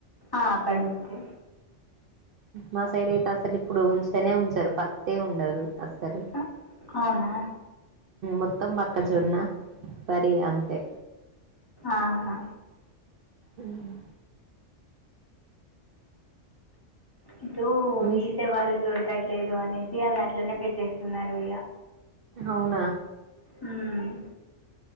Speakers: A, on the left; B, on the right.
A: ఆ, పండితే
B: మా సైడ్ అయితే అసలు ఇప్పుడు ఉంచనే ఉంచరు పత్తే ఉండదు అసలు
A: ఆ, అవునా
B: మొత్తం మొక్కజొన్న వరి అంతే
A: ఆహా.
B: ఉమ్
A: ఇదో
B: మీ
A: తీసే వాళ్ళు దొరకట్లేదు అనేసి అది అట్లనే పెట్టేస్తున్నారు ఇయ్యా
B: అవునా
A: ఉమ్